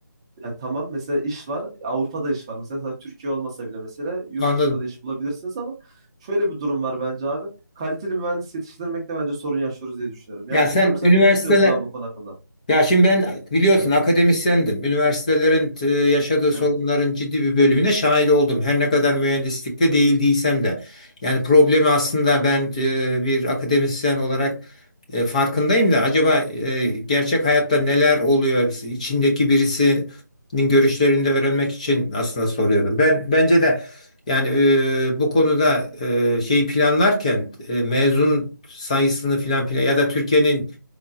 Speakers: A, on the right; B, on the left.
A: ya tamam mesela iş var. Avrupa'da iş var. Mesela, sadece Türkiye olmasa bile mesela yurt
B: Anladım.
A: dışında da iş bulabilirsiniz ama şöyle bir durum var bence abi. Kaliteli mühendis yetiştirmekte bence sorun yaşıyoruz diye düşünüyorum. Ya
B: Ya sen
A: bilmiyorum sen
B: üniversiteler
A: ne düşünüyorsun abi bu konu hakkında?
B: Ya şimdi ben biliyorsun akademisyendim. Üniversitelerin e, yaşadığı sorunların
A: Evet.
B: ciddi bir bölümüne şahit oldum. Her ne kadar mühendislikte değil değilsem de. Yani problemi aslında ben e, bir akademisyen olarak e, farkındayım da acaba e, gerçek hayatta neler oluyor? Biz- İçindeki birisinin görüşlerini de öğrenmek için aslında soruyordum. Ben bence de yani e, bu konuda e, şeyi planlarken e, mezun sayısını filan plan ya da Türkiye'nin